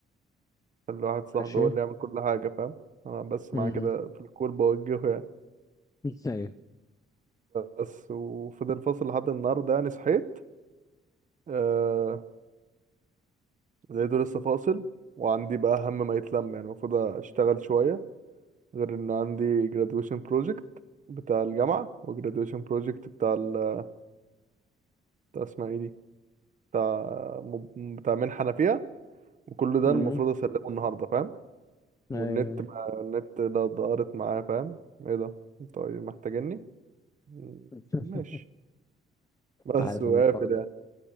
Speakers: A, on the right; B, on the left.
A: اللي واحد صاحبي
B: ماشي
A: هو اللي يعمل كل حاجه فاهم انا بس
B: امم
A: معاه كده في الكور بوجهه يعني
B: <laughs> ايوه
A: بس وفضل فاصل لحد النهارده يعني صحيت آه، زي دول لسه فاصل وعندي بقى هم ما يتلم يعني المفروض اشتغل شوية غير ان عندي graduation project بتاع الجامعة و graduation project بتاع ال بتاع اسمها ايه دي بتاع مب- بتاع منحة انا فيها وكل ده
B: امم
A: المفروض اسلمه النهاردة فاهم والنت
B: ايوه أيوة.
A: ما النت ده ضارت معايا فاهم ايه ده انتوا إيه محتاجيني م-
B: <laughs>
A: ماشي بس
B: عارف
A: وقافل
B: ان الحوار ده
A: يعني